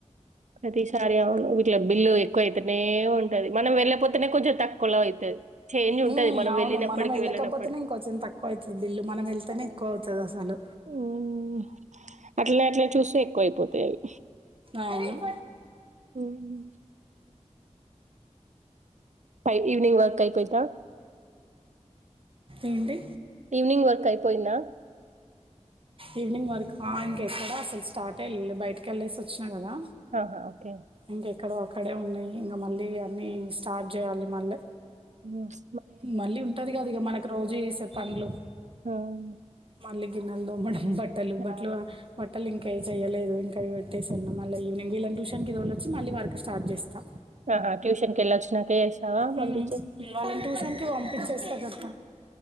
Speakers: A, on the right (about 70°); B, on the right (about 45°).
A: ప్రతిసారి అవును వీటిలో బిల్లు ఎక్కువ అయితేనే ఉంటది మనం వెళ్ళపోతే పక్కనే కొంచెం తక్కువలో ఐతది చేంజ్ ఉంటది
B: ఉమ్,
A: మనం
B: అవును
A: వెళ్ళినప్పటికి
B: మనం వెళ్ళకపోతేనే
A: వెళ్ళనప్పటికీ
B: ఇంకొంచెం తక్కువ అవుతుంది బిల్లు మనం వెళ్తేనే ఎక్కువ అవుతది అసలు
A: ఊమ్ అట్లే అట్లే చూస్తే ఎక్కువయిపోతాయి అవి
B: అవును
A: ఊమ్ ఫై ఇవినింగ్ వర్క్ ఐపోయిదా
B: ఏంటి
A: ఈవినింగ్ వర్క్ అయిపోయిందా
B: ఈవినింగ్ వరకు ఆ ఇంకెక్కడ అసలు స్టార్ట్ ల్ బయటకి కెళ్ళేసి ఒచ్చిన గదా
A: ఆహా ఓకే
B: ఇంక ఎక్కడో అక్కడే ఉన్నాయి ఇంగ మళ్ళీ అన్నీ స్టార్ట్ జేయాలి మళ్ళీ
A: ఊమ్
B: మళ్ళీ ఉంటది గదా ఇగ మనకి రోజు జేసే పనులు
A: ఉమ్.
B: మళ్ళీ గిన్నెలు దోమ్మడం బట్టలు
A: ఆ!
B: బట్టల బట్టలు ఇంక ఏవి చేయలేదు ఇంకా ఇవి వెట్టేసి మళ్ళీ ఈవినింగ్ వీళ్ళని ట్యూషన్ కి తోలేసి మళ్ళీ వర్క్ స్టార్ట్ జేస్తా
A: ఆహా! ట్యూషన్‌కెళ్ళొచ్చినాక చేసావా? పంపించే
B: ఊమ్ వాళ్ళని ట్యూషన్కి వంపించేస్తా గదా